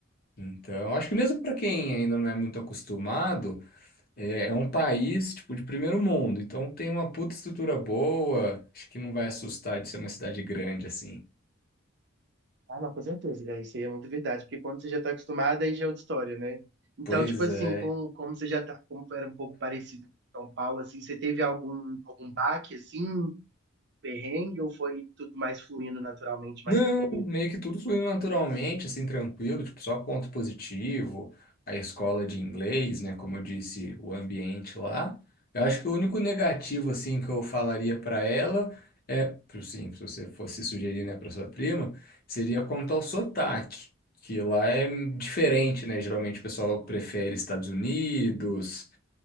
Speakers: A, on the left; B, on the right.
A: Então, acho que mesmo para quem ainda não é muito acostumado. É, é um país, tipo, de primeiro mundo, então tem uma puta estrutura boa, acho que não vai assustar de ser uma cidade grande, assim.
B: Ah, não, com certeza. É, isso aí é muito verdade, porque quando você já está acostumado, aí já é outra história, né? Então,
A: Pois
B: tipo assim,
A: é.
B: como, como você já tá, como era um pouco parecido com São Paulo, assim, você teve algum, algum baque, assim, perrengue, ou foi tudo mais fluindo naturalmente, mais
A: Não,
B: tranquilo?
A: meio que tudo fluiu naturalmente, assim, tranquilo, tipo, só ponto positivo, a escola de inglês, né, como eu disse, o ambiente lá. Eu acho que o único negativo, assim, que eu falaria para ela é, pro- sim, se você fosse sugerir, né, para sua prima, seria quanto ao sotaque, que lá é diferente, né, geralmente o pessoal prefere Estados Unidos,